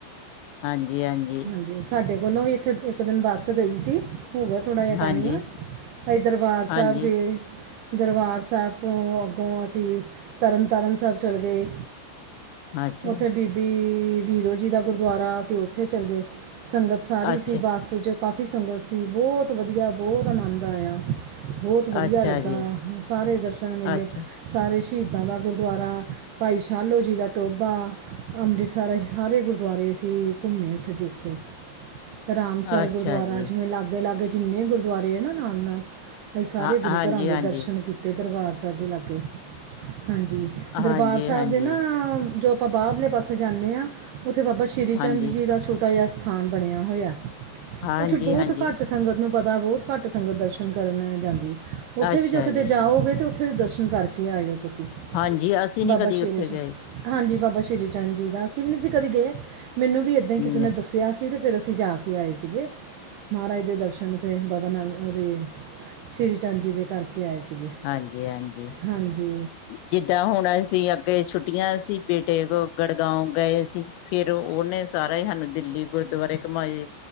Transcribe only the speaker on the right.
ਹਾਂਜੀ ਸਾਡੇ ਕੋਲੋਂ ਵੀ ਏਥੋਂ ਇੱਕ ਦਿਨ ਬੱਸ ਗਈ ਸੀ। ਹੋ ਗਿਆ ਥੋੜ੍ਹਾ ਜਿਆ
ਟਾਈਮ। ਅਸੀਂ ਦਰਬਾਰ
ਸਾਹਿਬ ਗਏ। ਦਰਬਾਰ ਸਾਹਿਬ ਤੋਂ ਅੱਗੋਂ ਅਸੀਂ ਤਰਨ ਤਾਰਨ ਸਾਹਿਬ ਚਲ ਗਏ।
ਓਥੇ ਬੀਬੀ ਵੀਰੋ ਜੀ ਦਾ ਗੁਰਦੁਆਰਾ ਅਸੀਂ ਉੱਥੇ ਚਲ ਗਏ। ਸੰਗਤ ਸਾਰੀ
ਸੀ ਬੱਸ ਵਿੱਚ ਕਾਫੀ ਸੰਗਤ ਸੀ ਬੋਤ ਵਧੀਆ ਬੋਤ ਆਨੰਦ ਆਇਆ। ਬੋਤ ਵਧੀਆ
ਲੱਗਾ
ਸਾਰੇ ਦਰਸ਼ਨ ਮੇਲੇ
ਸਾਰੇ ਸ਼ੀਦਾਂ ਦਾ ਗੁਰਦੁਆਰਾ- ਭਾਈ ਸ਼ਾਲੋ ਜੀ ਦਾ ਟੋਭਾ ਅੰਮ੍ਰਿਸਰ ਅਸੀਂ ਸਾਰੇ ਗੁਰਦੁਆਰੇ ਅਸੀਂ- ਘੁੰਮੇ ਓਥੇ ਦੇਖੇ। ਰਾਮਸਰ
ਗੁਰਦੁਆਰਾ
ਜਿਵੇਂ ਲਾਗੇ ਲਾਗੇ- ਜਿੰਨੇ ਗੁਰਦੁਆਰੇ ਆ ਨਾ ਨਾਲ -ਨਾਲ। ਅਸੀ ਸਾਰੇ
ਗੁਰੂ ਘਰਾਂ ਦੇ
ਦਰਸ਼ਨ ਕੀਤੇ। ਤੇ ਦਰਬਾਰ ਸਾਹਿਬ ਦੇ ਲਾਗੇ। ਹਾਂਜੀ
ਦਰਬਾਰ ਸਾਹਿਬ
ਦੇ ਨਾ ਜੋ- ਆਪਾਂ ਬਾਰਲੇ ਪਾਸੇ ਜਾਂਨੇ ਆਂ ਓਥੇ ਬਾਬਾ ਸ੍ਰੀ
ਚੰਦ ਜੀ ਦਾ ਛੋਟਾ- ਕਯਾ ਸਥਾਨ ਬਣਿਆ ਹੋਇਆ,
ਉੱਥੇ ਬਹੁਤ
ਘੱਟ ਸੰਗਤ ਨੂੰ ਪਤਾ ਬਹੁਤ ਘੱਟ ਸੰਗਤ ਦਰਸ਼ਨ ਕਰਨ ਜਾਂਦੀ, ਉੱਥੇ
ਵੀ ਜੋ ਕਿਤੇ
ਜਾਓਗੇ ਤੋ ਫੇਰ ਦਰਸ਼ਨ ਕਰਕੇ ਆਇਓ। ਤੁਸੀਂ
ਹਾਂਜੀ
ਬਾਬਾ
ਸ਼੍ਰੀ
ਚੰਦ ਜੀ,
ਹਾਂਜੀ ਬਾਬਾ ਸ਼੍ਰੀ ਚੰਦ ਜੀ ਦਾ ਵੀ ਤੁਸੀਂ ਕਦੇ ਗਏ, ਮੈਨੂੰ ਵੀ ਏਦਾਂ ਹੀ
ਕਿਸੇ ਨੇ ਦੱਸ ਸਿਆਸੀ ਤੇ ਫਿਰ ਅਸੀਂ ਜਾ ਕੇ ਆਏ ਸੀਗੇ, ਮਹਾਰਾਜ ਦੇ ਦਰਸ਼ਨ ਤੇ ਬਾਬਾ ਨੰਦ ਉਦੇ ਸ਼੍ਰੀ ਚੰਦ ਜੀ ਦੇ ਕਰਕੇ ਆਏ ਸੀਗੇ
ਹਾਂਜੀ